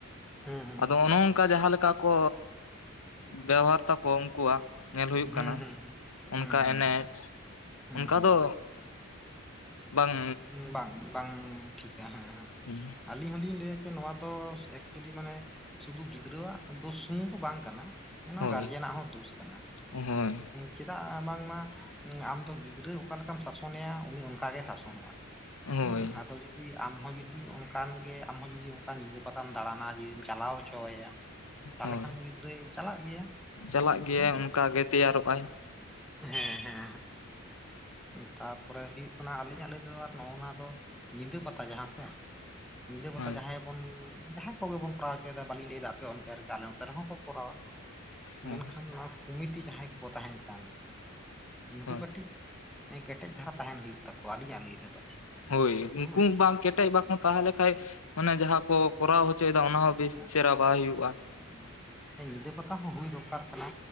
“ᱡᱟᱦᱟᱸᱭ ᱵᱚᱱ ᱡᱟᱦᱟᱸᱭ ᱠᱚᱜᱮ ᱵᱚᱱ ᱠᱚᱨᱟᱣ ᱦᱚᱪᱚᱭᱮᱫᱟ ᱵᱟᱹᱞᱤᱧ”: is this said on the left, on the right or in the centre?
Centre